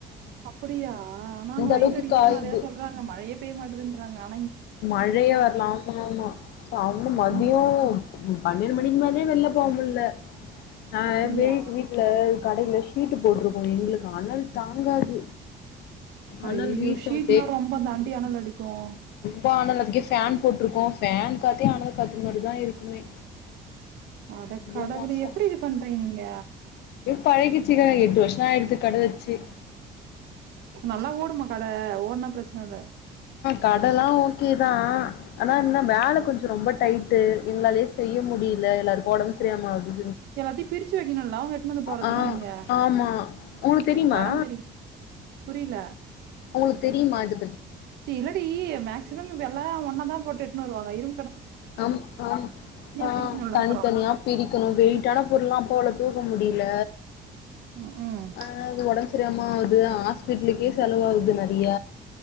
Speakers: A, on the right; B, on the left.
A: அப்புடியா ஆனா அங்க வெயில்
B: அளவுக்கு
A: அடிக்குதுதா
B: காயுது
A: நெறைய சொல்றாங்க மழையே பெய்ய மாட்டெதுன்றாங்க ஆ
B: மழையே வர்ல ஆமாமா சம்ம மதியோ
A: இங்க
B: பன்னெண்டு மணிக்கு மே வெளில போக முள்ள நான்
A: அப்படியா?
B: வீட்டு வீட்டுல கடையில ஷீட்டு போட்டிருக்கோம் எங்களுக்கு அனல் தாங்காது அனல்
A: அய்யயோ
B: வீசு
A: ஷீட்னா
B: அப்டியே
A: ரொம்ப தாண்டிா அனல் அடிக்கும்
B: இப்ப அனல்த்துக்கே ஃபேன் போட்டிருக்கோம் ஃபேன் காத்தே அனல் காத்து மாதிரிதான் இருக்குமே
A: அட
B: ரொம்ப
A: கடவுளே
B: மோசோ
A: எப்படி இது பண்றீங்க நீங்க
B: பழகிருச்சுங்க எட்டு வருஷம் ஆச்சு கடை வச்சு
A: அப்பல்லாம் ஓடு அ ஒன்னும் பிரச்சனை இல்ல
B: கடலாம் ஓகேதான் ஆனா என்ன வேலை கொஞ்சம் ரொம்ப டைட்டு எங்களாலயே செய்ய முடியல எல்லாருக்கும் உடம்பு சரியாக மாகுது
A: எல்லாத்தையும் பிரிச்சு வைக்கணும்ல உங்க எடுத்துட்டு வந்து போறதுலாம்
B: ஆ
A: நீங்க
B: ஆமா உங்களுக்கு தெரியுமா
A: தரம்பிரிய புரியல
B: உங்களுக்கு தெரியுமா அது
A: இல்லடி மேக்சிமம் இப்ப எல்லாம் ஒன்னா தான் போட்டு எடுத்துன்னனு வருவாங்க இரு
B: ஆம் ஆ ஆஹ்
A: பிரிக்கணும்ல
B: தனித்தனியா
A: அப்புறம்
B: பிரிக்கணும் வெயிட்டான பொருலாம் போல தூக்க முடியல
A: ம்
B: அஹ் அது உடம்பு சரியாம அது ஆன ஹாஸ்பிடலுக்கே செலவாகது நிறைய